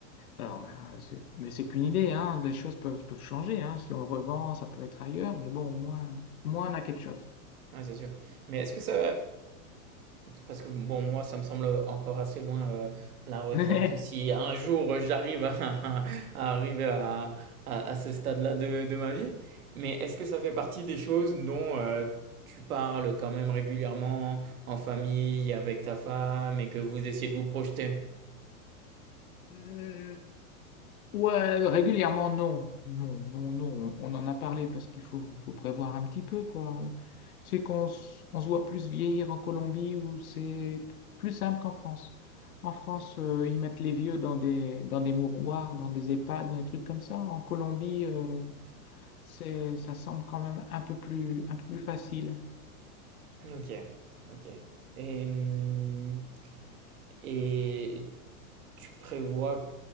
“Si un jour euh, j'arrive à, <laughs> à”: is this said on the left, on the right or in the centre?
Right